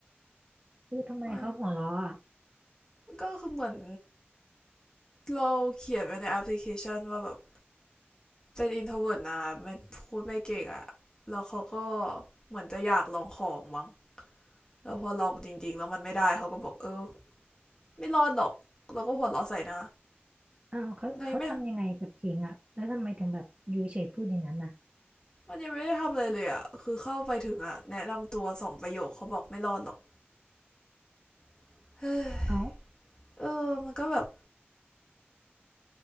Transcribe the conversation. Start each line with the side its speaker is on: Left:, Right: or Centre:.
Right: คือทำไมเขาหัวเราะอ่ะ
Left: มันก็คือเหมือนเราเขียนไว้ในแอปพลิเคชันว่าแบบเป็นอินโทรเวิร์ตนะไม่พูดไม่เก่งอะแล้วเขาก็เหมือนจะอยากลองของมั้งแล้วพอลองจริงๆแล้วมันไม่ได้เขาก็บอกเออไม่รอดหรอกเราก็หัวเราะใส่หน้า
Right: อ้าวเขาเขาทำยังไงกับเองอ่ะแล้วทำไมถึงแบบอยู่เฉยๆพูดอย่างนั้นน่ะ
Left: เรไม่ มันยังไม่ได้ทำอะไรเลยอ่ะ คือเข้าไปถึงอ่ะแนะนำตัวสองประโยคเขาบอกไม่รอดหรอก <sighs> เฮ้ย
Right: เอ้า
Left: เออมันก็แบบ